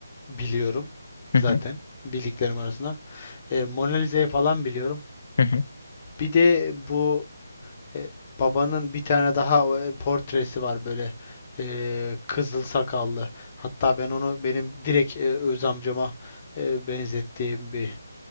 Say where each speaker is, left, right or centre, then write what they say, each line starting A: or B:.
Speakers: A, on the left; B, on the left.
A: biliyorum
B: hı
A: zaten
B: hı,
A: bildiklerim arasında. E, Mona Lisa'yı falan biliyorum.
B: hı hı.
A: Bir de bu e, babanın bir tane daha e, portresi var böyle e, kızıl sakallı. Hatta ben onu benim direkt e, öz amcama e, benzettiğim bir